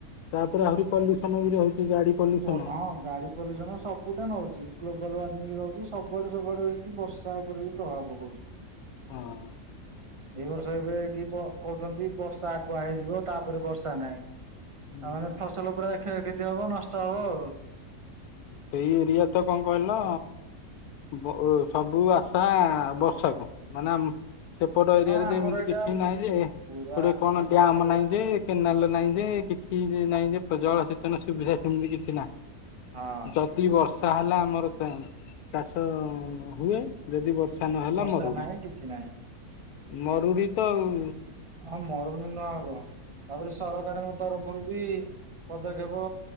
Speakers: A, on the left; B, on the right.
A: ତାପରେ ଆହୁରି ପଲ୍ୟୁସନ ବି ରହୁଛି ଗାଡି ପଲ୍ୟୁସନ।
B: ହଁ ଗାଡି ପଲ୍ୟୁସନ ସବୁଟା ନଉଛି ଗ୍ଲୋବାଲ୍ ୱାର୍ମିଙ୍ଗ ରହୁଛି ସବୁ ଆଡୁ ସବୁ ଆଡୁ ହେଇକି ବ। ତା ଉପରେ ବି ପ୍ରଭାବ ପକଉଛି।
A: ହଁ।
B: ଏ ବର୍ଷ ଏବେ ଏଠି କହୁଛନ୍ତି ବର୍ଷା ଆଗୁଆ ହେଇଯିବ ତାପରେ ବର୍ଷା ନାହିଁ। ଆ
A: ହୁଁ।
B: ମାନେ ଫସଲ ପୁରା କ୍ଷୟକ୍ଷତି ହବ ନଷ୍ଟ ହବ ଆଉ।
A: ସେଇ ଏରିଆ ତ କଣ କହିଲ ବ ଉ ସବୁ ଆସା ବର୍ଷାକୁ ମାନେ ଆମ ସେପଟ ଏରିଆରେ
B: ହଁ
A: ଯେ
B: ଆମର
A: ଏମିତି
B: ଏଇଟା
A: କିଛି ନାଇଁ ଯେ
B: ପୁରା
A: ଗୋଟେ କଣ
B: ମାନେ
A: ଡ୍ୟାମ
B: ଆମର ଏଇଟା
A: ନାଇଁ ଯେ କେନାଲ ନାହିଁ ଯେ କିଛି ନାହିଁ ଯେ ଜଳସେଚନ ସୁବିଧା ସେମିତି କିଛି ନାହିଁ।
B: ହଁ
A: ଯଦି ବର୍ଷା ହେଲା ଆମର ଚାଷ ହୁଏ। ଯଦି ବର୍ଷା ନହେଲା
B: ବର୍ଷା
A: ମରୁଡ଼ି
B: ନାହିଁ କିଛି ନାହିଁ
A: ମରୁଡି ତ ଆଉ।
B: ହଁ ମରଡି ନା ଆଉ କଣ ତାପରେ ସରକାରଙ୍କ ତରଫରୁ ବି ପଦକ୍ଷେପ